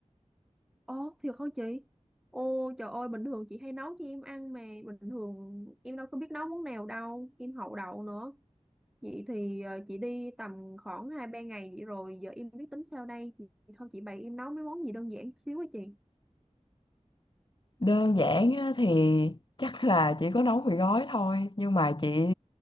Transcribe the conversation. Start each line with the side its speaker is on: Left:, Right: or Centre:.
Centre: Ồ, thiệt hả chị? Ô trời ơi, bình thường chị hay nấu cho em ăn mà bình thường em đâu có biết nấu món nào đâu, em hậu đậu nữa. Vậy thì ờ, chị đi tầm khoảng 2 3 ngày vậy rồi, giờ em biết tính sao đây. Vậy thôi chị bày em nấu mấy món gì đơn giản chút xíu á chị.
Left: Đơn giản á, thì chắc là chỉ có nấu mì gói thôi. Nhưng mà chị